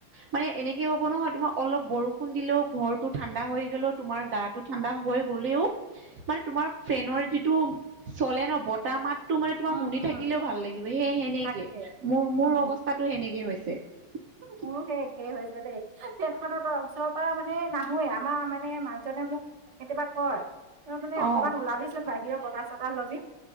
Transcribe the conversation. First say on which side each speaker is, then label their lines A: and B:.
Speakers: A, on the right; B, on the right.
A: মানে এনেকে। হ'ব নহয় তোমাৰ অলপ বৰষুণ দিলেও ঘৰটো ঠাণ্ডা হৈ গ'লেও তোমাৰ গাটো ঠাণ্ডা হৈ গ'লেও। মানে তোমাৰ ফেনৰ যিটো চলে ন বতাহ মাতটো মানে তোমাক
B: উম
A: শুনি থাকিলেও
B: উম
A: ভাল লাগিব সেইেনেকে।
B: তাকে
A: মোৰ - মোৰ
B: উম
A: অৱস্থাতটো সেনেকে হৈছে। <inaudible>
B: পুৰুষে একেই হৈছে দেই তেতখনত ওচৰৰ পৰা মানে নাহৱে আমাৰ মানে মানজনে মোক কেতিয়াবা কয় তই মানে অকমান
A: অ
B: ওলাবিছিল বাহিৰৰ বতাহ চতাহ ল'বি।